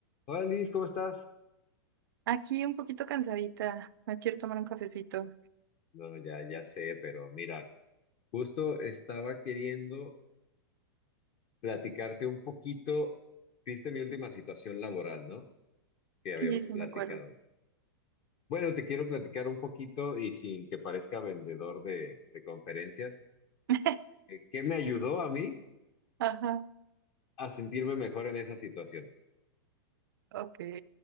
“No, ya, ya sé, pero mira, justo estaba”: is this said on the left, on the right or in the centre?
Left